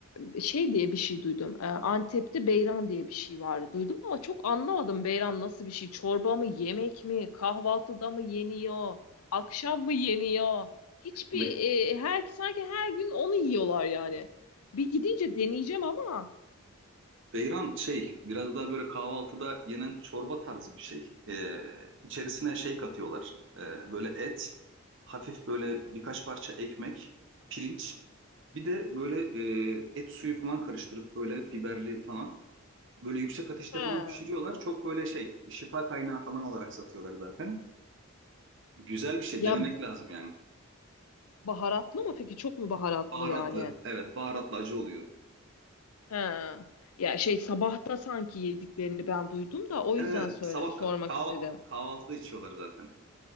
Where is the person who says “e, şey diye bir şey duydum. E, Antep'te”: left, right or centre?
Left